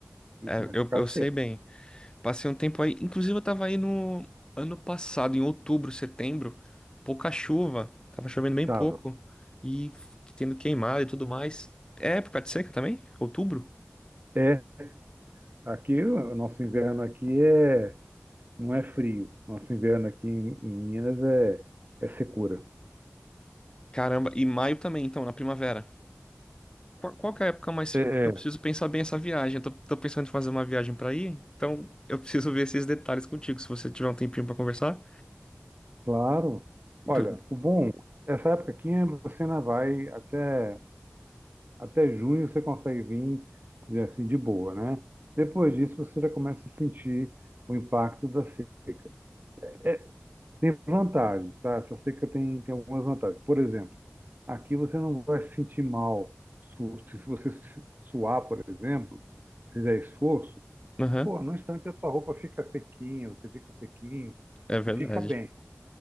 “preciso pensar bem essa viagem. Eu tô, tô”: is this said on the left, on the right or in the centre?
Left